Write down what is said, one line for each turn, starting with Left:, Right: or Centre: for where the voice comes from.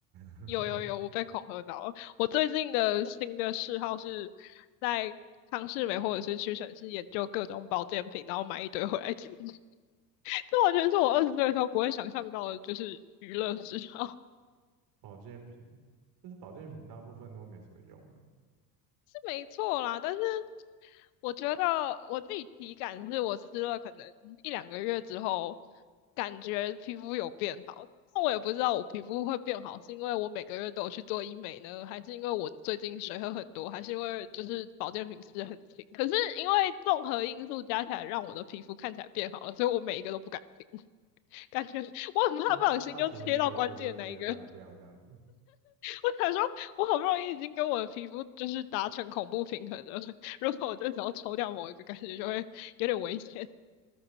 Right: <laughs>
Left: 有有有，我被恐吓到了。我最近的新的嗜好是在康士美或者是屈臣氏研究各种保健品，然后买一堆回来吃。<laughs> 这完全是我二十岁的时候不会想象到的，就是娱乐嗜好。
Right: 保健品，但是保健品大部分都没什么用。
Left: 没错啦，但是我觉得我自己体感是我吃了可能一两个月之后，感觉皮肤有变好。那我也不知道我皮肤会变好，是因为我每个月都有去做医美呢，还是因为我最近水喝很多，还是因为就是保健品吃的很勤？可是因为综合因素加起来，让我的皮肤看起来变好了，所以我每一个都不敢停，感觉 <laughs> 我很怕不小心就切到关键那一个。
Right: 啊，帕停，有一个就直接烂掉这样子。
Left: 我想说，我好不容易已经跟我的皮肤就是达成恐怖平衡了，<laughs> 如果我这时候抽掉某一个，感觉就会有点危险。<laughs>